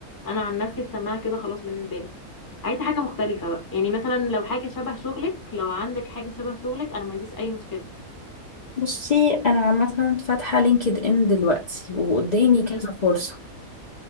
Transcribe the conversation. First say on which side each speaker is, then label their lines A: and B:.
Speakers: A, on the left (about 20°); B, on the left (about 70°).
A: انا عن نفسي السماعه كده خلاص بالنسبه لي عايزه حاجه مختلفه بقى يعني مثلا لو حاجه شبه شغلك لو عندك حاجه شبه شغلك انا ما عنديش اي مشكله
B: بصي انا عامة فاتحة لينكد ان دلوقتي وقدامي
A: ماشي
B: كذا فرصة